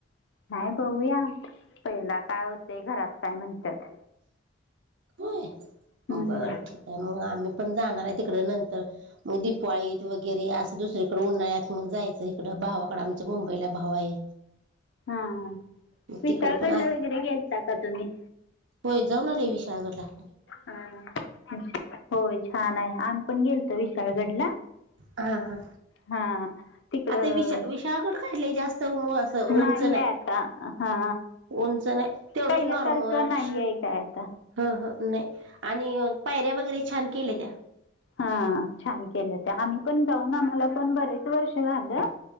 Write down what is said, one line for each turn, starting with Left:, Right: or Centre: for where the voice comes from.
Left: नाही बघूया, पहिला काय होते घरात काय म्हणतात?
Right: होय,
Left: हम्म
Right: बरं ठीक आहे मग आम्ही पण जाणार आहे तिकडे नंतर. म दिपावाळी वगैरे असं दुसरीकडे उन्हाळ्यात मग जायचं इकडं भावाकडे आमच्या मुंबईला भाव हाय.
Left: हा, विशाळगडला
Right: तिकडं पण आज
Left: वगैरे गेलता का तुम्ही?
Right: होय जाऊन आलोय विशालगडला.
Left: हा, होय छान आहे आम् पण गेलतो विशाळगडला.
Right: हा हा.
Left: हा. तिकडं,
Right: आता विशा विशाळगड काय लय जास्त असं
Left: नाहीय
Right: उंच नाही
Left: आता हा.
Right: उंच नाही तेवढंच
Left: पहिल्यासारखं
Right: नॉर्मल
Left: नाही आहे काय आता?
Right: ह ह नाही, आणि पायऱ्या वगैरे छान केल्या त्या.
Left: हा छान केलं त्या आम्ही पण जाऊन आम्हाला पण बरेच वर्ष झालं